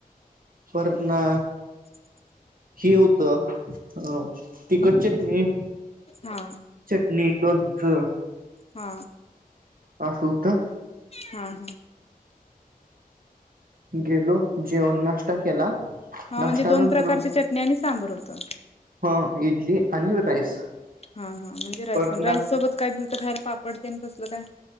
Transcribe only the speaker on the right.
परत ना.
हे होतं अ तिकट चटणी
चटणी, लोणचं.
असं होतं
गेलो जेवन नाष्टा केला.
नाश्ता
नंतर
हो इडली आणि राईस.
परत
ना